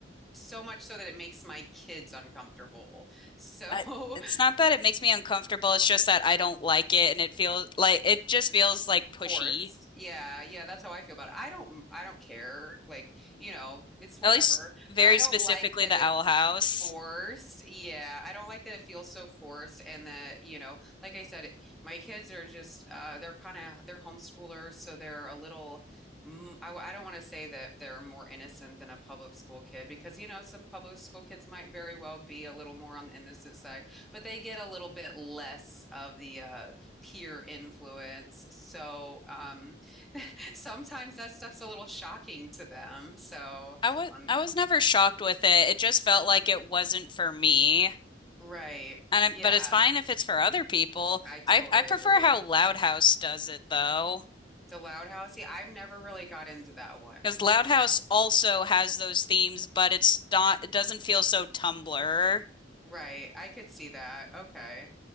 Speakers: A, in the centre; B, on the left (about 25°).
A: so much so that it makes my kids uncomfortable. <laughs> So
B: I, it's not that it makes me uncomfortable, it's just that I don't like it and it feels like it just feels like pushy.
A: Forced. Yeah, yeah, that's how I feel about it. I don't I don't care. Like, you know, it's whatever.
B: At least very
A: But I don't
B: specifically
A: like that
B: the
A: it's
B: Owl House.
A: forced. Yeah, I don't like that it feels so forced and that, you know, like I said, my kids are just uh they're kind of they're homeschoolers, so they're a little mm, I I don't want to say that they're more innocent than a public school kid because, you know, some public school kids might very well be a little more on the innocent side, but they get a little bit less of the uh peer influence. So um, <laughs> sometimes that stuff's a little shocking to them. So
B: I was
A: on,
B: I was never shocked with it. It just felt like it wasn't for me.
A: right.
B: And
A: Yeah,
B: I- but it's fine if it's for other people.
A: I totally
B: I I prefer
A: agree.
B: how Loud House does it though.
A: The Loud House, see, I've never really got into that one.
B: Because Loud House also has those themes, but it's not, it doesn't feel so Tumblr.
A: Right. I could see that. Okay.